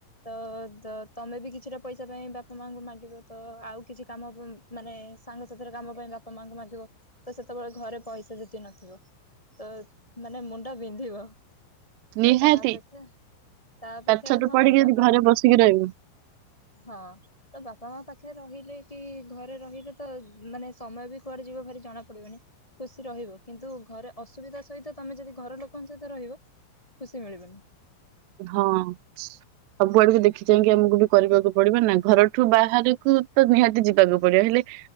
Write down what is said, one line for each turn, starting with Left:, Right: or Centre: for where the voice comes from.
Left: ତ ଦ ତମେ ବି କିଛିଟା ପଇସା ପାଇଁ ବାପା ମାଙ୍କୁ ମାଗିବ ତ ଆଉ କିଛି କାମ ମାନେ ସାଙ୍ଗସାଥିର କାମ ପାଇଁ ବା ବାପା ମାଆଙ୍କୁ ମାରିବ ତ ସେତେବେଳେ ଘରେ ପଇସା ଯେତିକି ନଥିବ ତ ମାନେ ମୁଣ୍ଡ ବିନ୍ଧିବ।
Right: ନିହାତି
Left: ତ ତା ଅପେକ୍ଷା ତା ଅପେକ୍ଷା
Right: ପାଠଶାଠ
Left: ହଁ
Right: ପଢିକି ଯଦି
Left: ବାପା
Right: ଘରେ
Left: ମା
Right: ବସିକି ରହିବୁ
Left: ହଁ। ତ ବାପା ମା ପାଖରେ ରହିଲେ କି ଘରେ ରହିଲେ ତ ମାନେ ସମୟ ବି କୁଆଡେ ଯିବ ଭାରି ଜଣା ପଡିବନି। ଖୁସି ରହିବ କିନ୍ତୁ ଘରେ ଅସୁବିଧା ସହିତ ତମେ ଯଦି ଘର ଲୋକଙ୍କ ସହିତ ରହିବ ଖୁସି ମିଳିବନି।
Right: ହଁ ସବୁଆଡକୁ ଦେଖି ଚାଇକି ଆମକୁ ବି କରିବାକୁ ପଡିବ ନା ଘର ଏଠୁ ବାହାରକୁ ତ ନିହାତି ଯିବାକୁ ପଡିବ ହେଲେ